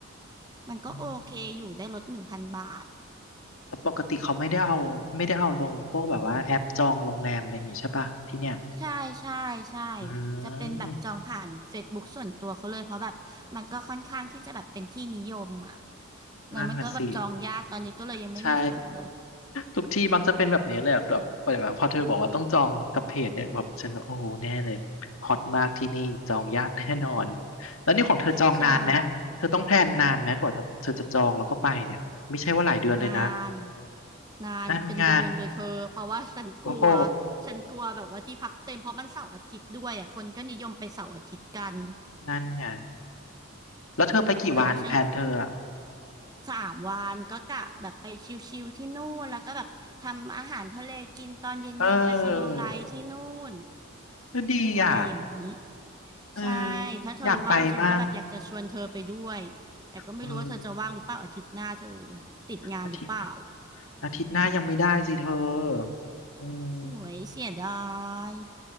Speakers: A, on the right; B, on the left.
A: มันก็โอเคอยู่ได้ลดหนึ่งพันบาท
B: อืมแต่ปกติเขาไม่ได้เอาไม่ได้เอาลงพวกแบบว่าแอปจองโรงแรมอะไรอย่างงี้ใช่ป่ะที่เนี่ย
A: ใช่ใช่ใช่
B: อืม
A: จะเป็นแบบจองผ่านเฟซบุ๊กส่วนตัวเขาเลยเพราะแบบมันก็ค่อนข้างที่จะแบบเป็นที่นิยมอ่ะแล้วมันก็แบบจองยากตอน
B: นั่นน่ะสิใช่
A: ไม่มีส่วนลด
B: ทุกที่มักจะเป็นแบบนี้เลยอะแบบแบบพอเธอบอกว่าต้องจองกับเพจเนี่ยแบบฉันก็โอ้โหแน่เลยฮอตมากที่นี่จองยากแน่นอนแล้วนี่ของเธอจองนานไหมเธอต้องแพลนนานไหมกว่าจะเธอจะจองแล้วก็ไปเนี่ยไม่ใช่ว่าหลายเดือนเลยนะ
A: ใช่นานนานเป็นเดือนเลยเธอเพราะว่าฉันกลัว
B: นั่นไงโอ้โห
A: ฉันกลัวแบบว่าที่พักเต็มเพราะมันเสาร์อาทิตย์ด้วยอ่ะคนก็นิยมไปเสาร์อาทิตย์กัน
B: นั่นไงแล้วเธอไปกี่วันแพลนเธออะ
A: แต่ว่าฉัน สามวันก็กะแบบไปชิลๆที่นู่นแล้วก็แบบทำอาหารทะเลกินตอนเย็นๆไปสโลว์ไลฟ์ที่นู่น
B: เออก็ดีอ่ะ
A: อะไรอย่างนี้
B: เออ
A: ใช่ถ้าเธอว่างฉันก็แบบอยากจะชวนเธอไปด้วยแต่ก็ไม่รู้ว่าเธอจะว่างหรือเปล่าอาทิตย์หน้าเธอ
B: อยากไปมั่งเออ
A: ติดงานหรือเปล่า
B: อาทิตย์อาทิตย์หน้ายังไม่ได้สิเธออืม
A: โอ้ยเสียดาย